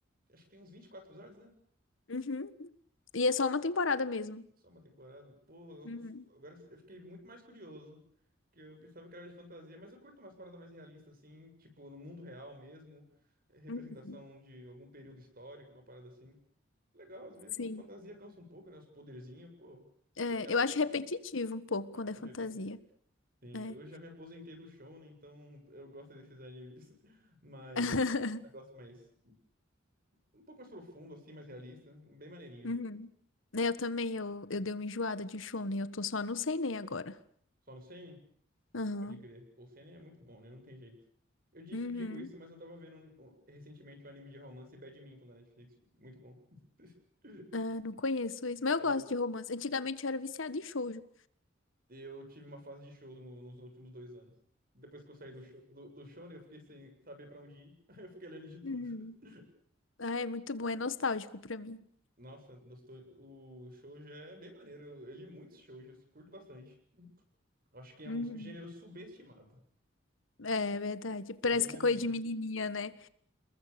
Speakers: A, on the right (about 50°); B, on the left (about 75°).
A: Acho que tem uns 24 episódios, né?
B: Uhum. E é só uma temporada mesmo.
A: Só uma temporada? Pô, eu-
B: Uhum.
A: agora eu fiquei muito mais curioso. Que eu pensava que era de fantasia, mas eu curto umas paradas mais realistas, assim, tipo, no mundo real mesmo, representação
B: Uhum.
A: de algum período histórico, uma parada assim. Legal, às vezes
B: Sim.
A: a fantasia cansa um pouco, né? Os poderzinhos, pô,
B: É,
A: vida real
B: eu acho
A: um pouco,
B: repetitivo
A: né?
B: um pouco quando
A: É um é
B: é fantasia.
A: um repetitivo. Sim,
B: né?
A: eu já me aposentei do show, né? Então eu gosto desses animes, <laughs> mas
B: <laughs>
A: um negócio mais, um pouco mais profundo, assim, mais realista, bem maneirinho.
B: Uhum. Né, Eu também, eu, eu dei uma enjoada de Shonen, eu tô só no seinen agora.
A: Só no seinen?
B: Aham.
A: Pode crer. O Seinen é muito bom, né? Não tem jeito. Eu dis-
B: Uhum.
A: eu digo isso, mas eu tava vendo um- um- recentemente um anime de romance Badminton da Netflix. Muito bom. <laughs>
B: Ah, não conheço isso, mas
A: Eu,
B: eu gosto de romance. Antigamente eu era viciada em shoujo.
A: eu tive uma fase de shows no- nos últimos dois anos. Depois que eu saí do, show, do, do Shonen, eu fiquei sem saber pra onde ir. <laughs> Eu fiquei lendo de tudo.
B: Uhum.
A: <laughs>
B: Ah, é muito bom, é nostálgico pra mim.
A: Nossa, nostal- o shoujo é bem maneiro. Eu, eu li muitos shoujos, curto bastante. Eu Acho que é
B: Uhum.
A: um gênero subestimado.
B: É verdade, parece
A: É bem maneirinho.
B: que é coisa de menininha, né?